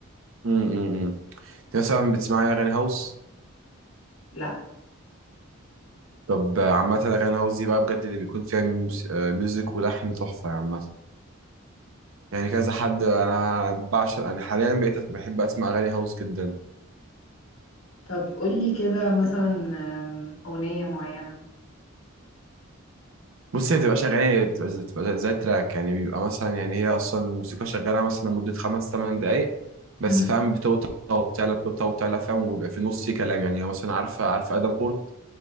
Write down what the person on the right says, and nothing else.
امم انت مثلا بتسمعي اغاني هاوس
طب آه، عامه اغاني هاوس دي بقى بجد اللي بيكون فيها ميوس- آه، ميوزك ولحن تحفه عامه يعني كذا حد انا بعشق انا حاليا بقيت أس- بحب اسمع اغاني هاوس جدا
بص هي بتبقاش أغاني هي بتبقى زي بتبقى زي زي تراك يعني بيبقى مثلا يعني هي أصلا الموسيقى شغالة مثلا لمدة خمس ثمان دقايق بس
فاهم بتوطى وتعلى بتوطى وتعلى فاهم وبيبقى في النص في كلام يعني مثلا عارفة عارفة آدم بورت